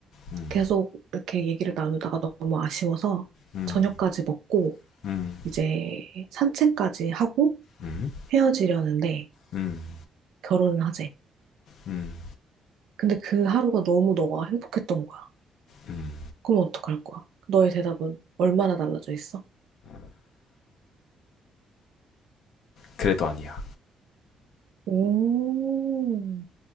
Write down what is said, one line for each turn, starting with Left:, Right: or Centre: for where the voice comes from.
Left: 음,
Right: 계속 이렇게 얘기를 나누다가 너무 아쉬워서
Left: 음,
Right: 저녁까지 먹고
Left: 음,
Right: 이제 산책까지 하고
Left: 음,
Right: 헤어지려는데
Left: 음,
Right: 결혼을 하재.
Left: 음,
Right: 근데 그 하루가 너무 너가 행복했던 거야.
Left: 음.
Right: 그럼 어떡할 거야? 너의 대답은 얼마나 달라져 있어?
Left: 그래도 아니야.
Right: 오,